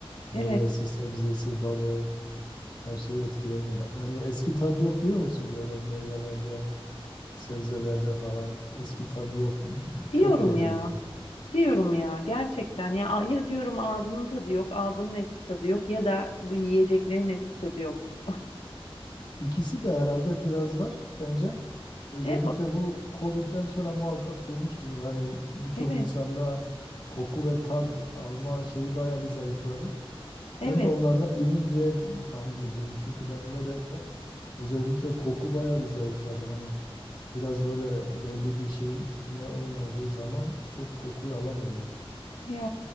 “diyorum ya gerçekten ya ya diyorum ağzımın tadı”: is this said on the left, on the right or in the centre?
Left